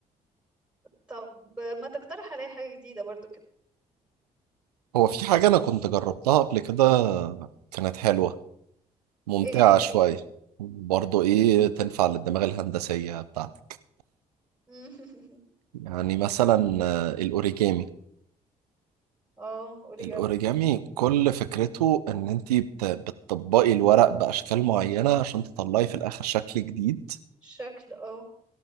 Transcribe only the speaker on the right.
هو في حاجة أنا كنت جربتها قبل كده كانت حلوة ممتعة
شوية
برضه إيه تنفع للدماغ الهندسية بتاعتك
يعني مثلا آه، الأوريجامي
الأوريجامي كل فكرته إن أنت بت- بتطبقي الورق بأشكال معينة عشان تطلعي في الآخر شكل جديد